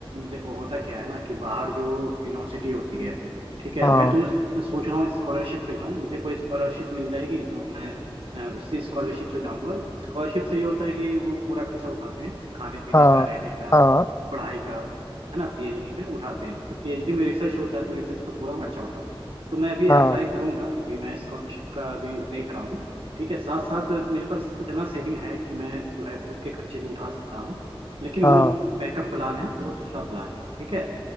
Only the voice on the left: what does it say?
हाँ
हाँ
हाँ
हाँ
हाँ